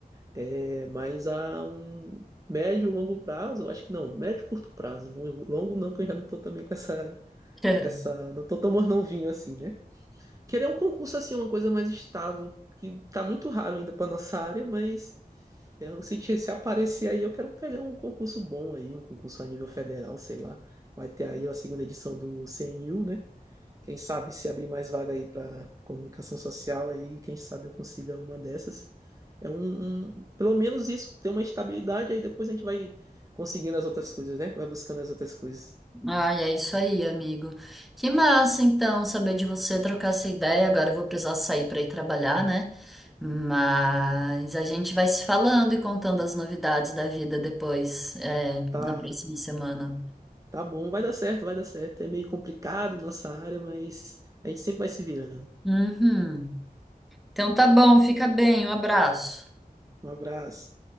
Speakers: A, on the right; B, in the centre.
A: é, mas a um médio, longo prazo, eu acho que não, médio, curto prazo, longo, longo não, que eu já não tô também com essa,
B: <laughs>
A: essa, não tô tão mornovinho assim, né? Querer um concurso assim, é uma coisa mais estável, que tá muito raro ainda pra nossa área, mas eu, se, te- se aparecer aí, eu quero pegar um concurso bom aí, um concurso a nível federal, sei lá. Vai ter aí a segunda edição do CNU, né? Quem sabe se abrir mais vaga aí para comunicação social, aí quem sabe eu consiga uma dessas. É um, um- pelo menos isso, ter uma estabilidade, aí depois a gente vai conseguindo as outras coisas, né? Vai buscando as outras coisas.
B: Ah, é isso aí, amigo. Que massa, então, saber de você, trocar essa ideia. Agora eu vou precisar sair para ir trabalhar, né? Mas a gente vai se falando e contando as novidades da vida depois, é,
A: Tá,
B: na próxima semana.
A: tá bom, vai dar certo, vai dar certo. É meio complicado nossa área, mas a gente sempre vai se virando.
B: Uhum. Então tá bom, fica bem, um abraço.
A: Um abraço.